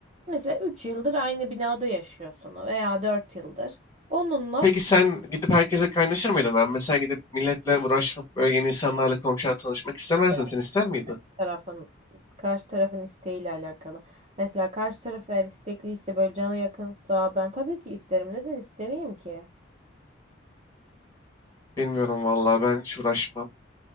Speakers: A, on the right (about 30°); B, on the left (about 15°).
A: mesela 3 yıldır aynı binada yaşıyorsun veya 4 yıldır. Onunla
B: Peki sen gidip herkese kaynaşır mıydın? Ben mesela gidip milletle uğraşıp böyle yeni insanlarla komşularla tanışmak istemezdim.
A: yani
B: Sen ister miydin?
A: tarafın karşı tarafın isteğiyle alakalı. Mesela karşı taraf eğer istekliyse böyle cana yakınsa ben tabii ki isterim. Neden istemeyeyim ki?
B: Bilmiyorum vallahi ben hiç uğraşmam.